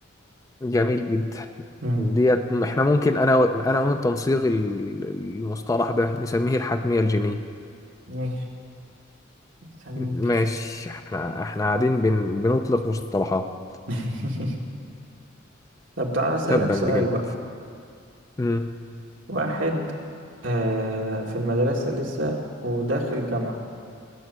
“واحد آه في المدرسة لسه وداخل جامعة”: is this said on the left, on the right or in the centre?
Right